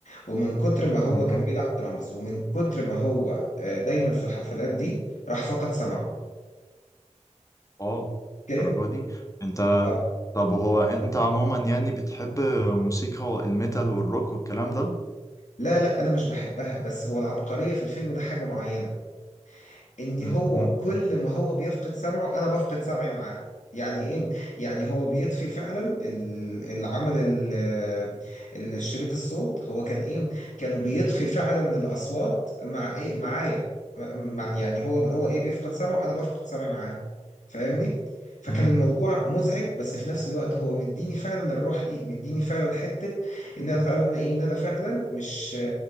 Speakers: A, on the left; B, on the left.
A: ومن كتر ما هو
B: مهم.
A: كان بيلعب درامز ومن كتر ما هو آه دايما في الحفلات دي راح فقد سمعه
B: واو
A: اوكي
B: الدرجة دي انت
A: اه
B: طب وهو انت عموما يعني بتحب موسيقى الميتال والروك والكلام ده
A: لا لا انا مش بحبها بس هو العبقريه في الفيلم ده حاجه معينه ان
B: مهم.
A: هو كل ما هو بيفقد سمعه انا بفقد سمعي معاه يعني ايه يعني هو بيطفي فعلا ال- اللي عمل ال- الشريط الصوت هو كان ايه كان بيطفي فعلا الاصوات مع ايه معايا مع يعني هو هو ايه بيفقد سمعه انا بفقد سمعي معاه فاهمني فكان
B: مهم.
A: الموضوع مزعج بس في نفس الوقت هو مديني فعلا الروح دي مديني فعلا حتة ان انا إن أنا ايه ان انا فعلا مش